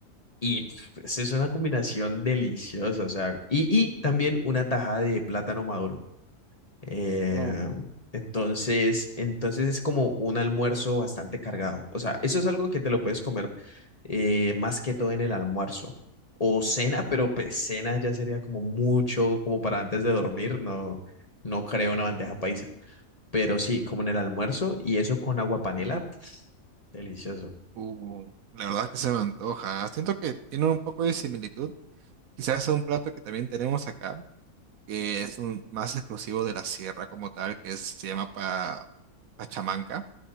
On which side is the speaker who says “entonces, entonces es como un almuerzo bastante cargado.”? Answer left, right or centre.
Left